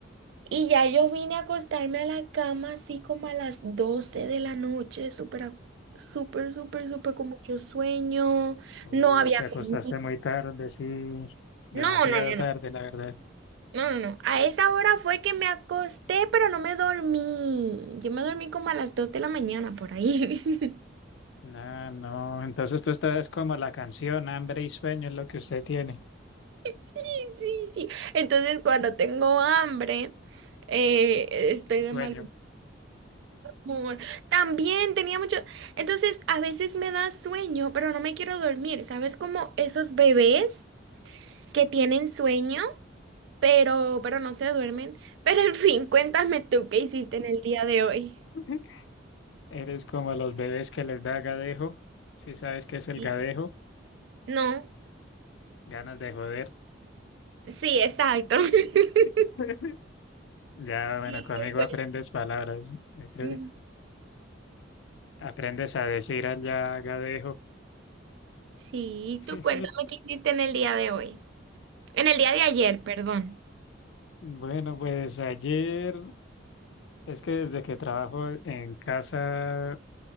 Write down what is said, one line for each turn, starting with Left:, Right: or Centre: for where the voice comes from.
Right: Y ya yo vine a acostarme a la cama así como a las 12 de la noche, súper, a- súper, súper, súper con mucho sueño.
Left: Uy,
Right: No había
Left: te acostaste
Right: comido.
Left: muy tarde, sí, demasiado
Right: No, no, no,
Left: tarde,
Right: no,
Left: la verdad.
Right: no, no. no. A esa hora fue que me acosté, pero no me dormí. Yo me dormí como a las 2 de la mañana por ahí. <laughs>
Left: No, no, entonces tú estás como la canción, hambre y sueño es lo que usted tiene,
Right: Sí, sí, sí. Entonces cuando tengo hambre, eh, estoy
Left: y
Right: de
Left: sueño.
Right: mal amor. También tenía mucho. Entonces, a veces me da sueño, pero no me quiero dormir. ¿Sabes? Como esos bebés que tienen sueño, pero, pero no se duermen. <laughs> Pero en fin, cuéntame tú qué hiciste en el día de hoy.
Left: <laughs> Eres como los bebés que les da gadejo, si sabes qué es el
Right: Sí.
Left: gadejo,
Right: No,
Left: ganas de joder.
Right: sí, exacto. <laughs>
Left: <laughs> Ya, bueno,
Right: Sí,
Left: conmigo
Right: tú cuen-
Left: aprendes palabras, yo creo
Right: Mm,
Left: que aprendes a decir allá gadejo.
Right: sí,
Left: <laughs>
Right: tú cuéntame qué hiciste en el día de hoy. En el día de ayer, perdón.
Left: Bueno, pues ayer, es que desde que trabajo en casa